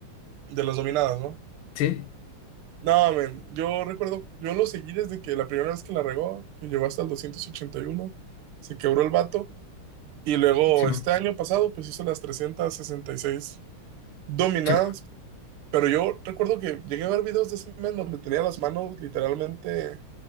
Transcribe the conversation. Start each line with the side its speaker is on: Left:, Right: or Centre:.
Right: de las dominadas, ¿no?
Left: sí,
Right: No, men, yo recuerdo, yo lo seguí desde que la primera vez que la regó, que llegó hasta el doscientos ochenta y uno se quebró el vato. Y luego
Left: Simón,
Right: este año pasado, pues hizo las 366 dominadas.
Left: Simón.
Right: Pero yo recuerdo que llegué a ver videos de ese men donde tenía las manos literalmente